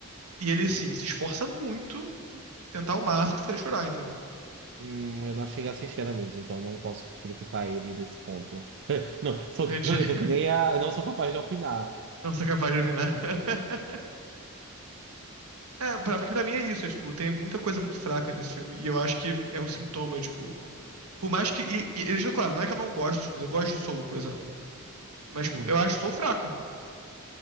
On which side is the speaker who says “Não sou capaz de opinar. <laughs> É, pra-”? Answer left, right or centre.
Right